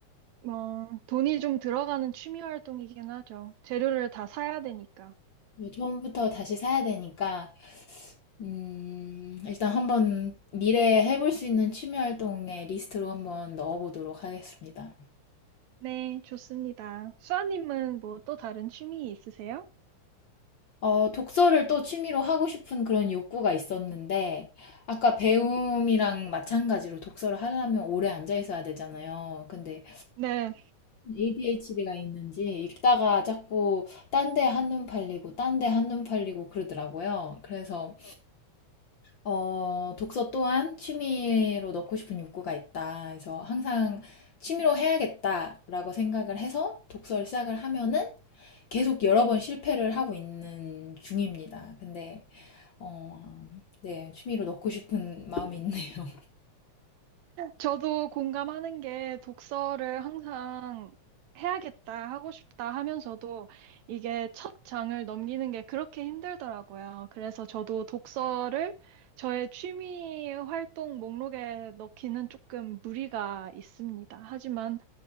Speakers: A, on the right (about 75°); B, on the left (about 55°).
A: 뭐, 돈이 좀 들어가는 취미 활동이긴 하죠. 재료를 다 사야 되니까.
B: 처음부터 다시 사야 되니까 음, 일단 한번 미래에 해볼 수 있는 취미 활동의 리스트로 한번 넣어보도록 하겠습니다.
A: 네, 좋습니다. 수아님은 뭐 또 다른 취미 있으세요?
B: 어, 독서를 또 취미로 하고 싶은 그런 욕구가 있었는데, 아까 배움이랑 마찬가지로 독서를 하려면 오래 앉아 있어야 되잖아요. 근데
A: 네.
B: ADHD가 있는지 읽다가 자꾸 딴데 한눈 팔리고, 딴데 한눈 팔리고 그러더라고요. 그래서 어, 독서 또한 취미로 넣고 싶은 욕구가 있다. 그래서 항상 취미로 해야겠다라고 생각을 해서 독서를 시작을 하면은 계속 여러 번 실패를 하고 있는 중입니다. 근데, 어, 네, 취미로 넣고 싶은 <laughs> 마음이 있네요.
A: 저도 공감하는 게 독서를 항상 해야겠다, 하고 싶다 하면서도 이게 첫 장을 넘기는 게 그렇게 힘들더라고요. 그래서 저도 독서를 저의 취미 활동 목록에 넣기는 조금 무리가 있습니다. 하지만